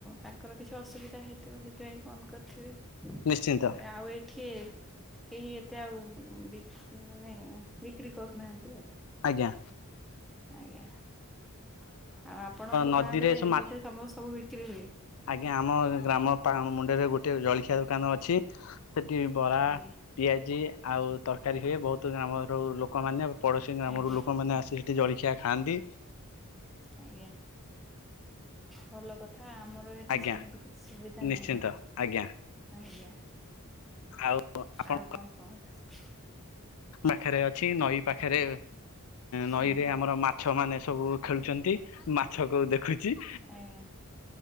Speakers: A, in the centre; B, on the left.
A: ତାଙ୍କର କିଛି ଅସୁବିଧା ହେଇଥିବ ସେଥିପାଇଁ ବନ୍ଦ କରିଥିବେ।
B: ନିଶ୍ଚିନ୍ତ
A: ତାପରେ ଆଉ ଏଠି କେହି ଏ ତେ ଆଉ ବିକି ମାନେ ବିକ୍ରି କରୁନାହାନ୍ତି ଆଉ।
B: ଆଜ୍ଞା।
A: ଆଜ୍ଞା। ଆଉ ଆପଣଙ୍କ
B: ନଦୀରେ
A: ଗାଁ ରେ
B: ସବୁ ମା
A: ବୋଧେ ସବ ସବୁ ବିକ୍ରି ହୁଏ।
B: ଆଜ୍ଞା ଆମ ଗ୍ରାମ ପା ମୁଣ୍ଡରେ ଗୋଟେ ଜଳଖିଆ ଦୋକାନ ଅଛି। ସେଠି ବରା
A: ଆଜ୍ଞା
B: ପିଆଜି ଆଉ ତରକାରୀ ହୁଏ ବହୁତ ଗ୍ରାମ ର ଉ ଲୋକମାନେ ପଡୋଶୀ କ ଗ୍ରାମରୁ
A: ଆଜ୍ଞା
B: ଲୋକମାନେ ଆସି ସେଠି ଜଳଖିଆ ଖାଆନ୍ତି।
A: ଆଜ୍ଞା ଭଲ କ ଥା ଆମର ଏଠି
B: ଆଜ୍ଞା।
A: ସେମିତି କିଛି ସୁବିଧା
B: ନିଶ୍ଚିନ୍ତ
A: ନାହିଁ
B: ଆଜ୍ଞା
A: ଆଜ୍ଞା।
B: ଆଉ ଆପଣଙ୍କ
A: ଆଉ କଣ କୁହନ୍ତୁ।
B: ବାଖରେ ଅଛି ନଈ ପାଖରେ ନଈରେ
A: ଆଜ୍ଞା
B: ଆମର ମା ମାଛ ମାନେ ସବୁ ଖେଳୁଛନ୍ତି ମାଛକୁ ଦେଖୁଛି।
A: ଆଜ୍ଞା।